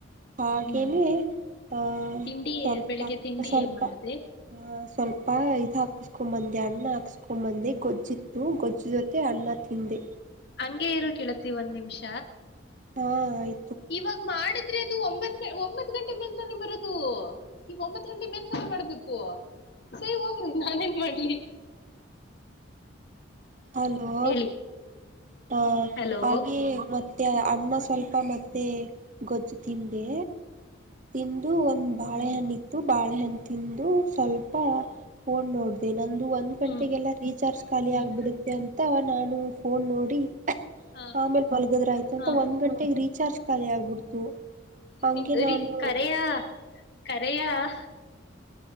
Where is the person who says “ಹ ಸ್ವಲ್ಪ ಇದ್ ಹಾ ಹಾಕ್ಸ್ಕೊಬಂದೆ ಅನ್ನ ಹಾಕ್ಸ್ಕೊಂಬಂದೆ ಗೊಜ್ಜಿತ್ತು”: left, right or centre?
Right